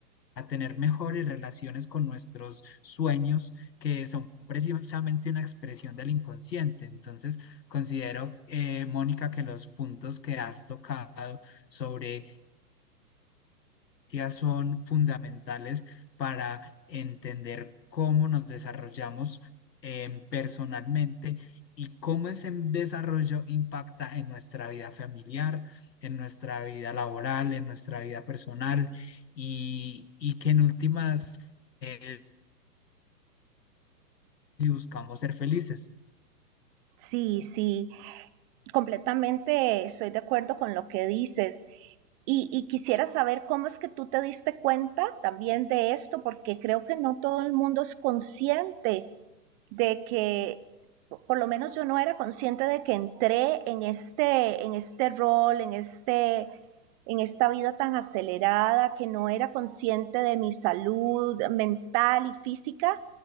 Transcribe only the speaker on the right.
Sí, sí, completamente estoy de acuerdo con lo que dices. Y, y quisiera saber cómo es que tú te diste cuenta también de esto, porque creo que no todo el mundo es consciente de que por lo menos yo no era consciente de que entré en este, en este rol, en, este, en esta vida tan acelerada, que no era consciente de mi salud mental y física,